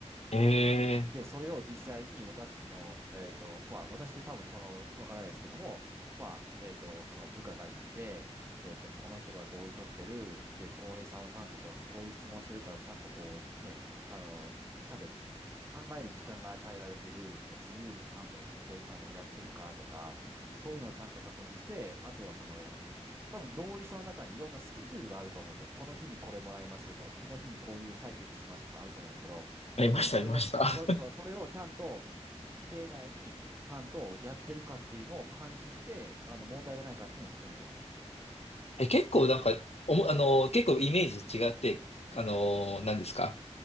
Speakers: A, on the left; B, on the right.
A: ええー。
B: で、それを実際に私の、えっと、まあ、私多分その、わからないですけども、まあ、えっと、その部下が行って、えっと、この人が同意取ってる、で、浩平さんはちゃんとこうして、こういう質問してるから、ちゃんとこう、ね、あの、ちゃんと考える時間が与えられてるとか、自由でちゃんと来てる、あの、やってるかとか、そういうのをちゃんと確認して、あとはその、多分同意書の中にいろんなスケジュールがあると思うんですよ。この日にこれもらいますとか、この日にこういう採決しますとかあると思うんですけど、
A: ありました、
B: 多分それが、
A: ありました。
B: そ、そ、それをちゃんと、規定内にちゃんとやってるかっていうのを監視して、あの、問題がないかっていうのを確認してるんです。
A: え、結構なんか、おも、あの結構イメージ違って、あの何ですか